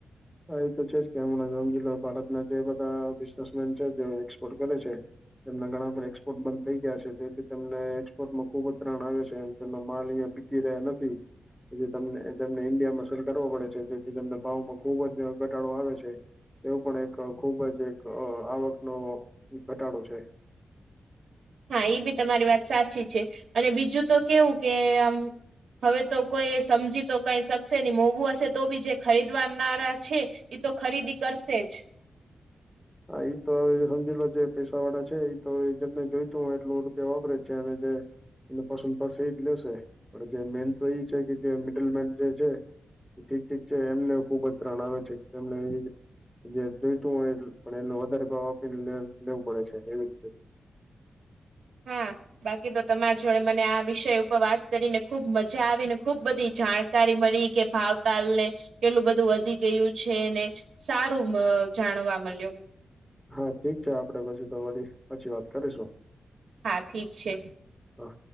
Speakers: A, in the centre; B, on the right (about 80°).
A: હા એ તો છે જ કે હમણા જો ભારતના જે બધા બિઝનેસમેન છે જે એક્સપોર્ટ કરે છે. તેમના ઘણા બધ એક્સપોર્ટ બંધ થઈ ગયા છે તેથી તેમને એક્સપોર્ટમાં ખુબ જ ત્રણ આવે છેમ તેમનો માલ અહં રહ્યા નથીમને ઇન્ડિયામાં સલ કરવો પડે છે જેથી તમને ભાવમા ખુબ જ ઘટાડો આવે છે. એવું પણ એક ખુબ જ એક આવકનો ઘટાડો છે.
B: હા એ બી તમારી વાત સાચી છે અને બીજું તો કેવું કે આમ હવે તો કોઈ સમજી તો કઈ શકશે નહી મોંઘું હશે તો બી જે ખરીદવાનારા છે. એ તો ખરીદી કરશે જ.
A: હા તો હવે સમજી લો જે પૈસા વાળા છે તો એ જેને જોઈતું હોય એટલ રૂપિયા વાપરે જ છે અને જે એને પસંદ પડશે એ જ લેશે પણ જે મેન તો એ છે કે જે મિડલ મેન જે છે ઠીક ઠીક છે એમને ખુબ જ ત્રણ આવે છે તેમને જે જોઈતું હોય પણ એનો વધારે ભાવ આપીને લેવું પડે છે એવી રીતે
B: હા બાકી તો તમારા જોડે મને આ વિષય ઉપર વાત કરીને ખુબ મજા આવી ને ખુબ બધી જાણ કારી મળી કે ભાવતાલ ને કેટલું બધું વધી ગયું છે ને. સારું મ જાણવા મળ્યું
A: હા ઠીક છે આપડે પછી તો વ પછી વાત કરીશું
B: હા ઠીક છે.
A: હ